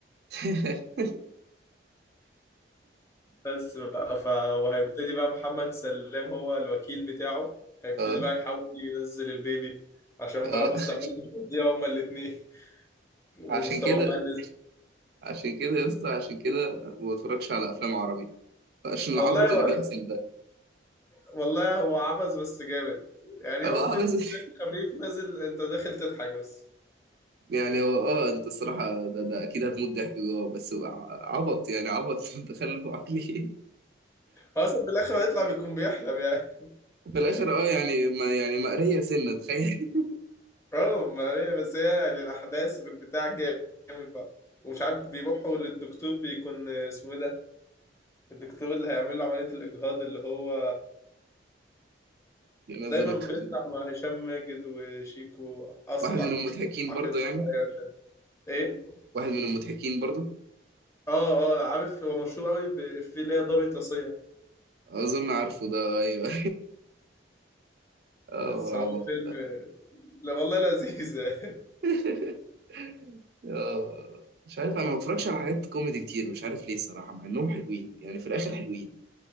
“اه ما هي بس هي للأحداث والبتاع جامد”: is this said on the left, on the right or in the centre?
Left